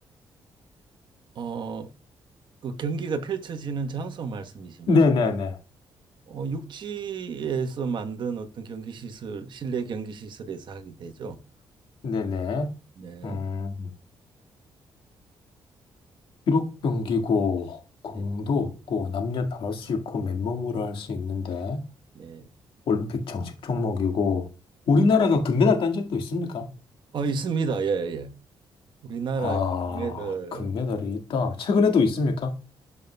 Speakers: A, on the right; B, on the left.
A: 어, 그 경기가 펼쳐지는 장소 말씀이십니까?
B: 네네네.
A: 어, 육지에서 만든 어떤 경기 시설, 실내 경기 시설에서 하게 되죠.
B: 네네.
A: 네.
B: 음, 기록 경기고,
A: 네.
B: 공도 없고, 남녀 다 할 수 있고, 맨몸으로 할 수 있는데,
A: 네.
B: 올림픽 정식 종목이고, 우리나라가 금메달 딴 적도 있습니까?
A: 어, 있습니다. 예, 예. 우리나라
B: 아,
A: 매들
B: 금메달이 있다. 최근에도 있습니까?